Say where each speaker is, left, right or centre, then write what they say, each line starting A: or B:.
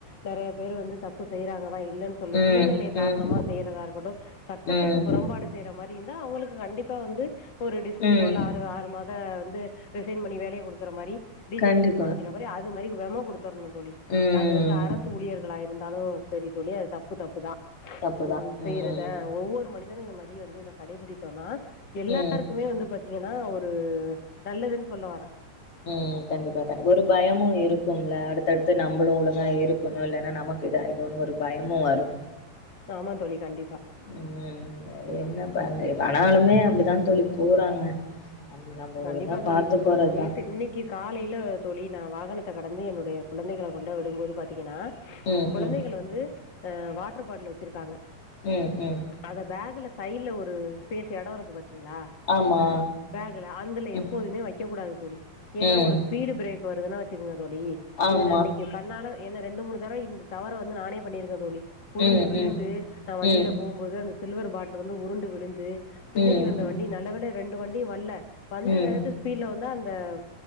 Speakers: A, on the left; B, on the left.
A: நெறயா பேரு வந்து தப்பு செய்றாங்கதா இல்லன்ஸ் சில
B: ம்
A: சூழ்நிலை காரணமா
B: ம்
A: செய்யறதா இருக்கட்டு சட்டத்துக்கு
B: ம்
A: புறம்பாடு செய்ற மாரி இருந்தா அவங்களுக் கண்டிப் க வந்து ஒரு டிஸ்மிஸ்ஸோ
B: ம்
A: இல்ல ஆறு ஆறு மத வந்து ரிசைன் பண்ணி வேலய கொடு அரி டிஜாய்னிங்
B: கண்டிப்பா.
A: பண்ணிக்கிற மாரி அது மாரி வெமோ குடுத்துர்ணு தோழி
B: ம்.
A: அது வந்து அரஸ் சூழியர்களா இருந்தாலு செரி தோழி அது தப்பு தப்பு தா
B: தப்புதான்.
A: உம் செய்றத
B: ம்.
A: ஒவ்வொரு மணி தன இது மரி வந்து இத கடைபிடித்தோனா எல்லாருக்குமே
B: ம்.
A: வந்து பத் ஏனா ஒரு நல்லதுன் சொல்லவரே
B: உம் கண்டிப்பா கனி ஒரு பயமு இருக்கும்ல அடுத்தடுத்து நம்பமுடியாத ஒழுங்கா இரு ஒன்னு இல்லனா நமக்கு இதா இதோன்னு ஒரு பயமு வரு
A: தாமான் தோழி கண்டிப்பா
B: ம் ம் ய என்ன பண்று பனாலுமே அப்டிதான் தோழி போறாங்க நம்ம நம்ம
A: கண்டிப்பா
B: ஒழுங்கா
A: தோழி
B: பாத்து
A: இந்த புலு
B: போறதுதான்.
A: நேத்து இன்னிக்கி காலைல தோழி நா வாகனத்த கடந்து என்னுடைய புழந்தைகள கொண்ட விடும்போது பாத்திங்கன்னா
B: ம்.
A: குழந்தைகள்
B: ம்.
A: வந்து அ வாட்ர் பாட்லு வச்சிருக்காங்க
B: ம் ம்
A: அத பேக்ல சைல ஒரு ஸ்பேஸ் எடோ இருக்கு பாத்தீங்ளா
B: ஆமா
A: கில அந்துல
B: ம்.
A: எப்போதுமே வைக்கக்கூடாது தோழி ஏனா
B: ம்.
A: ஒரு ஸ்பீடு ப்ரேக் வருதுனா வச்சுக்குங்க தோழி
B: ஆமா.
A: இது நா இன்னைக்கு கண்ணால ஏனா ரெண்டு மூணு தடவ இந்த தவற வந்து நானே பண்ணிர்க்க தோழி புருண்டு
B: ம்.
A: விழுந்து
B: ம்.
A: நா வண்டில
B: ம்.
A: போம்போது அந்த சில்வர் பாட்லு வந்து உருண்டு விழுந்து பின்னடி
B: ம்.
A: வந்த
B: ம்.
A: வண்டி நல்ல வேல ரெண்டு வண்டியு வல்ல வந்த
B: ம்.
A: வேகத்து ஸ்பீட்ல வந்தா அந்தம்